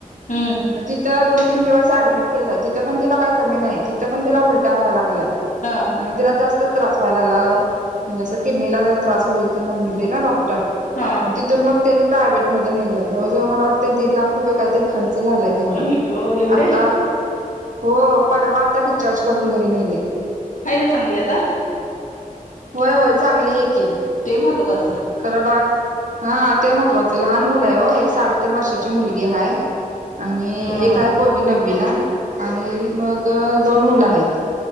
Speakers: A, on the left; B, on the right.
A: हम्म
B: मग तिथं दोन तीन दिवस ऍडमिट केलं तिथ पण तिला काय कमी नाय तिथं पण तिला उलट्या व्हायला लागल्या.
A: हा
B: आणि तिला जास्तचं त्रास व्हायला लागला म्हणजे अस किडनीला त्रास होईत म्हणले ना डॉक्ट टर
A: हा
B: मग तिथून मग त्यांनी प्रायवव्हेट मध्ये नेल जवळ जवळ मला वाटतं दीड लाख रुपये काय तरी खर्च झालाय त्यांना
A: आई ग एवढे
B: आता हो परवा आता डी चार्ज करून घरी नेलय.
A: हाय न चांगली आता.
B: होय होय चांगले आहे की
A: ते महत्वाचं
B: खर बाळ हा ते महत्त्वाचं लहान मुल आहे व एक साडेतीन वर्षा ची मुलगी आहे आणि
A: मग
B: एक आहे पोरगी नववीला. आणि मग दोन मुलं आहेत